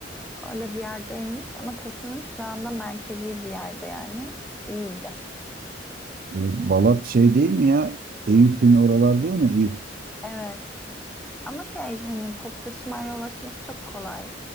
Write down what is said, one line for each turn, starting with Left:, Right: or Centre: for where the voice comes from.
Centre: Öyle bir yerdeymiş ama taşınmış şu anda merkezi bir yerde yani. İyiydi.
Right: Ee, Balat şey değil mi ya? Eyüp'ün oralar değil mi? Eyüp.
Centre: Evet. Ama şey hani top taşımayla ulaşması çok kolay.